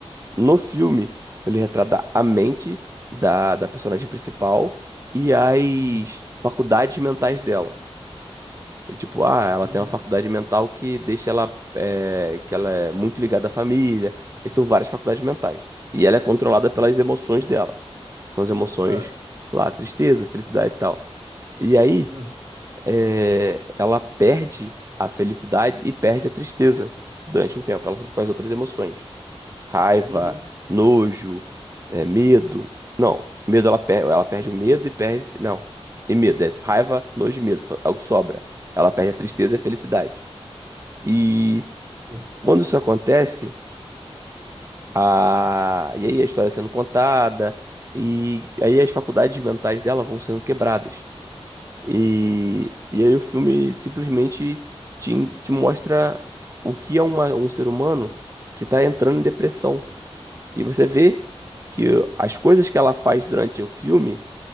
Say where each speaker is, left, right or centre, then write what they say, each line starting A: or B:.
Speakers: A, on the right (about 30°); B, on the right (about 55°).
A: No filme, ele retrata a mente da, da personagem principal e as
B: Hum,
A: faculdades mentais dela. E, tipo, ah, ela
B: uhum,
A: tem uma faculdade mental que deixa ela, é, que ela é muito ligada à família. E são várias faculdades mentais. E ela é controlada pelas emoções dela. São as emoções
B: certo.
A: lá, tristeza, felicidade e tal. E aí
B: Hum,
A: é, ela perde a felicidade e perde a tristeza durante um tempo. Ela só fica com as outras emoções. Raiva,
B: uhum.
A: nojo, é, medo. Não, medo ela perde. Ela perde o medo e perde. Não. E medo. É raiva, nojo e medo. É o que sobra. Ela perde a tristeza e a felicidade. E
B: Hum,
A: quando isso acontece, a... e aí a história sendo contada, e aí as faculdades mentais dela vão sendo quebradas. E, e aí o filme simplesmente te, te mostra o que é uma- um ser humano que está entrando em depressão. E você vê que as coisas que ela faz durante o filme